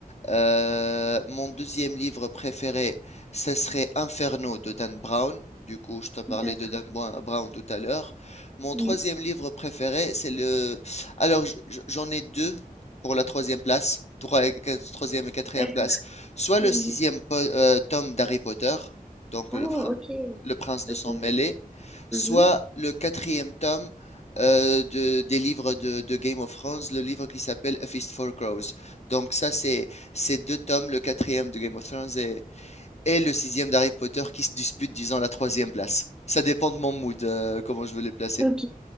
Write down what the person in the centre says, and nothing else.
D'accord.
Oui.
D'accord.
Mhm.
Oh,
ok.
Ok,
ok.
Mhm.
Ok.